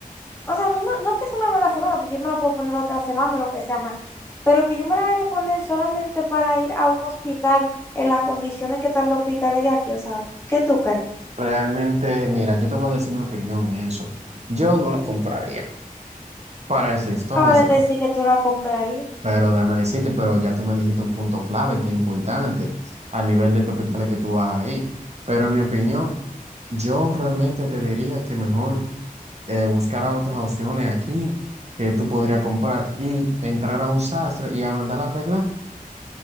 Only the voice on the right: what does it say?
Realmente, mira, yo te voy a decir mi opinión en eso. Yo no la compraría para ese entonces.
Pero déjame decirte, pero ya tú me dijiste un punto clave que es importante a nivel de tu hospitales que tú vas ahí. Pero en mi opinión, yo realmente te diría que mejor eh, buscar otras opciones aquí que tú podrías comprar y entrar a un sastre y a mandar a arreglar,